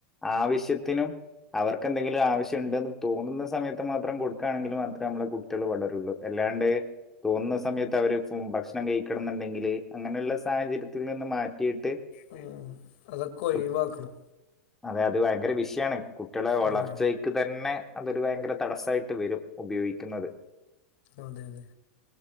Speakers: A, in the centre; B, on the left.
A: ആവശ്യത്തിനും അവർക്ക്ന്തെങ്കിലും ആവശ്യംണ്ടെന്ന് തോന്നുന്ന സമയത്ത് മാത്രം കൊടുക്കണെങ്കി മാത്രേ നമ്മളെ കുട്ടിആള് വളരുള്ളൂ അല്ലാണ്ട് തോന്നുന്ന സമയത്ത് അവര് ഭക്ഷണം കഴിക്കണന്നുണ്ടെങ്കില് അങ്ങനെയുള്ള സാഹചര്യത്തിന്ന് മാറ്റിയിട്ട്
B: മ്മ് അതൊക്കെ ഒഴിവാക്കണം
A: കൃ- അതെ അത് ഭയങ്കര വിഷയണ് കുട്ടിഅളെ വളർച്ചക്ക്
B: ഉം.
A: തന്നെ അതൊരു ഭയങ്കര തടസ്സയിട്ട് വരും ഉപയോഗിക്കുന്നത്
B: അതെ അതെ